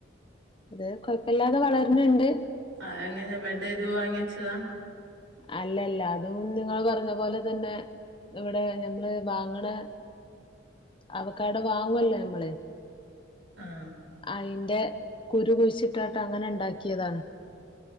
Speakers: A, on the left; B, on the right.
A: ഇത് കൊയപ്പല്ലാതെ വളര്ന്ണ്ട്
B: ആഹ് ഇങ്ങനെ ബെഡ്ഡയ്ത് വാങ്ങിയെച്ചതാ
A: അല്ലല്ലാ അതും നിങ്ങൾ പറഞ്ഞ പോലെ തന്നെ ഇവിടേ ഞമ്മള് വാങ്ങ്ണേ അവക്കാടോ വാങ്ങുവല്ലേ നമ്മള്
B: ആഹ്
A: അയിന്റെ കുരു കുഴിച്ചിയിട്ട് അങ്ങനെ ഉണ്ടാക്കിയതാണ്